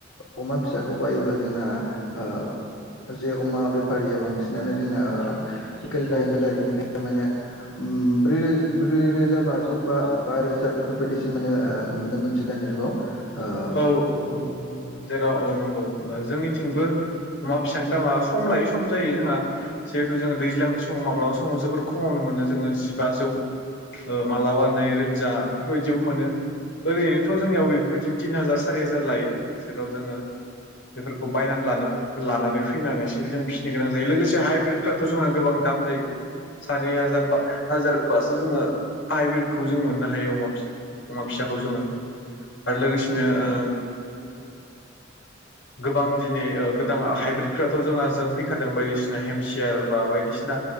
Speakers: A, on the left (about 85°); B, on the left (about 65°).
A: ओ अमा फिसाखौ बायोब्ला जोंना ओ जे अमा बेफारिया बांसिनानो जोंना लकेल जायो
B: औ
A: नालाय बेनिखायनो माने ओम ब्रै ब्रै रोजा बाजौ बा बा रोजा बेफोरबायदिसो माने ओ नुनो मोनसै दानि जुगाव। ओ
B: औ औ औ औ जेराव औ नंगौ जोंनि थिंबो अमा फिसानि दामआ सम लायै सम जायो जोंहा जिहेथु जोङो दैज्लांनि समाव माब्लाबा समाव जोबोर खमावनो मोनो जोङो जिबाजौ ओ मालाबा नै रोजा बेफोरबायदियावबो मोनो ओरैनोथ' जोंनियाव बेफोरबायदि जों थिन हाजार सारि हाजार लायो जेराव जोङो बेफोरखौ बायनानै लानो लानानै फैनानैसो जों फिसिनो गोनां जायो लोगोसे हाइब्रिदफ्राथ' जोंहा गोबां दाम जायो। सारि हाजारबा हाजार बासो जोङो हाइब्रिदखौ जों मोननो हायो अमा फिसा अमा फिसाखौ जोङो आरो लोगोसेनो ओ गोबां दिनै गोदान हाइब्रिदफोराथ' जोंहा जों फैखादों बायदिसिना हेमसियार बा बायदिसिना